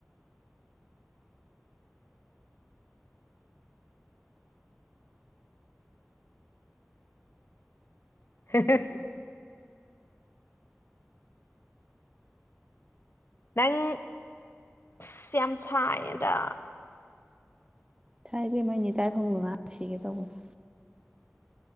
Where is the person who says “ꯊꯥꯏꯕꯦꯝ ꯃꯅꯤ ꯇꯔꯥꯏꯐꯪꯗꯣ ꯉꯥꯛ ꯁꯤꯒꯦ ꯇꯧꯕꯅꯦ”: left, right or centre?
Right